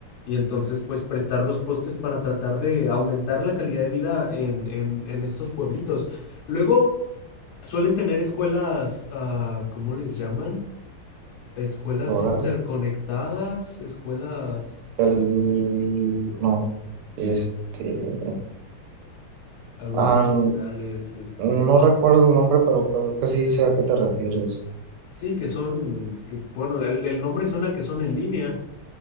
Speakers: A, on the left; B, on the right.
A: y entonces pues prestar los postes para tratar de aumentar la calidad de vida en, en, en estos pueblitos. Luego suelen tener escuelas, ah, ¿cómo les llaman? Escuelas
B: ¿Rurales?
A: interconectadas, escuelas
B: El, no, este,
A: algo
B: ah,
A: de digitales,
B: n-
A: este.
B: no recuerdo el nombre, pero creo que sí sé a qué te refieres.
A: Sí, que son, que, bueno, el, el nombre suena que son en línea